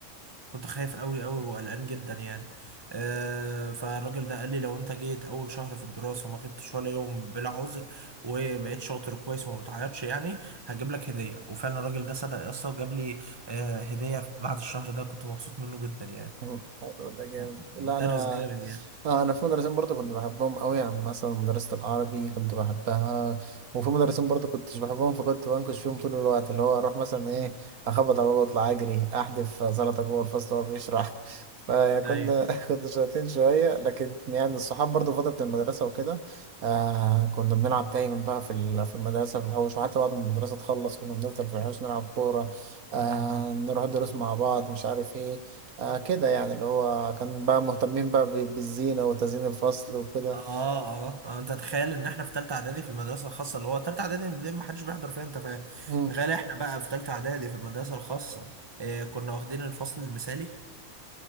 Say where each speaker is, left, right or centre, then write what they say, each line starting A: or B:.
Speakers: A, on the right; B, on the right.
A: كنت خايف قوي قوي وقلقان جدا يعني آه، فالراجل ده قال لي لو انت جيت اول شهر في الدراسه وما غبتش ولا يوم بلا عذر وبقيت شاطر كويس وما بتعيطش يعني هجيب لك هديه وفعلا الراجل ده صدق يا اسطى وجاب لي آه، هدية في- بعد الشهر ده كنت مبسوط منه جدا يعني
B: مم. حلو ده جامد
A: م- م-
B: لا
A: مدرس
B: انا
A: جامد يعني
B: آه، انا في مدرسين برضو كنت بحبهم قوي يعني مثلا مدرسة العربي كنت بحبها وفي مدرسين برضو كنتش بحبهم فكنت بنكش فيهم طول الوقت اللي هو اروح مثلا
A: <laughs>
B: ايه اخبط على بابا اطلع اجري احدف زلطه جوه الفصل وهو بيشرح <laughs> فيعني
A: مم.
B: كنا
A: ايوه
B: <laughs> كنا شاطرين شويه لكن يعني الصحاب برضو فتره المدرسه وكده آه كنا بنلعب دايما بقى في ال- في المدرسه في الحوش وحتى بعد ما المدرسه تخلص كنا بنفضل في الحوش نلعب كوره آه
A: امم
B: نروح دروس مع بعض مش عارف ايه آه كده يعني اللي هو كان بقى مهتمين بقى ب- بالزينة وتزيين الفصل وكده
A: اه اه آه، انت تخيل ان احنا في تالتة اعدادي في المدرسة الخاصة اللي هو تالتة اعدادي دي ما حدش بيحضر فيها انت فاهم
B: مم.
A: تخيل احنا بقى في تالتة اعدادي في المدرسة الخاصة آه كنا واخدين الفصل المثالي